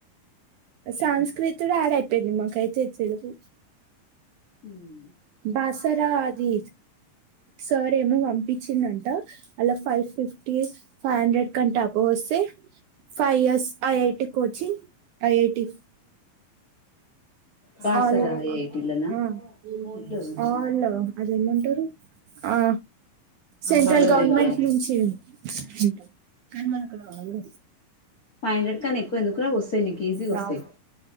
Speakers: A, on the right; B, on the left.
A: సంస్కృతిడు యాడ్ అయిపోయింది మాకైతే తెలుగు
B: ఉ
A: బాసరా
B: బాసింగా
A: అది సార్ ఏమో పంపించిందంట అలా ఫైవ్ ఫిఫ్టీ ఫైవ్ హండ్రెడ్ కంటే అబ్బో వస్ సే five years IIT coaching IIT
B: Basara
A: all
B: ఎయిటీలనా
A: ఆ ఉ
B: ఓన్లో వచ్చింది
A: ఆల్ అదేమంటారు ఆ central
B: all over
A: government
B: India
A: నుంచి ఉంటా కానీ మనకు రాదు
B: ఫైవ్ హండ్రెడ్ కాన ఎక్కువ ఎందుకు రావు వస్తాయి నీకు ఈజీగా
A: రా
B: వస్తాయి